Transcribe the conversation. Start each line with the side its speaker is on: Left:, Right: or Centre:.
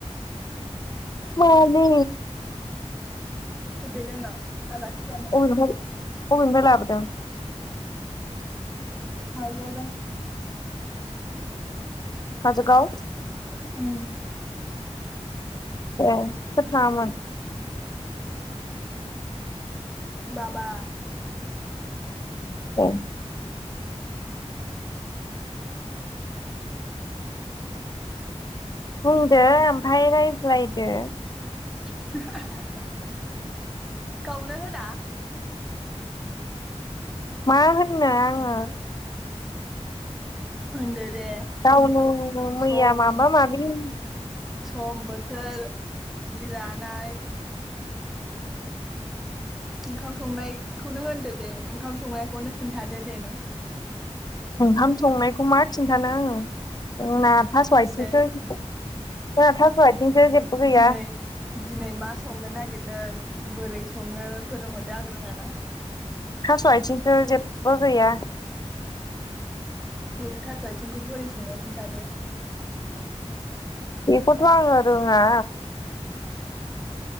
Left: मानि।
Centre: फैदो जोंनाव आलासि जानो
Left: अबेनिफ्राय अबेनिफ्राय लाबोदों?
Centre: हाल गावदों,
Left: हाजोगाव।
Centre: <unintelligible>
Left: ए सोर थाङामोन?
Centre: बा बा
Left: <unintelligible> बुंदो ओमफाय रायज्लायदो।
Centre: <unintelligible> गावनो होना।
Left: मा होननो आङो।
Centre: होनदो दे
Left: गावनो मैया
Centre: सम,
Left: माबा माबिखौ
Centre: सम बोथोर जि दानाय। ओंखाम संनायखौनो होनदो दे ओंखाम संनायखौनो खिन्थादो दे नों।
Left: ओंखाम संनायखौ मा खिन्थानो आङो जोंना, थास'
Centre: प्रसेस
Left: आइथिंसो जों थास' आइथिंसो जेबो गैया।
Centre: दिनै दिनै मा संनो नागिरदों बोरै सङो फोरोंहरदो आं रोङाना।
Left: थास' आइथिंसो जेबो गैया।
Centre: औ थास' आइथिंखौ बोरै संनो खिन्थादो।
Left: बेखौथ' आं रोङा।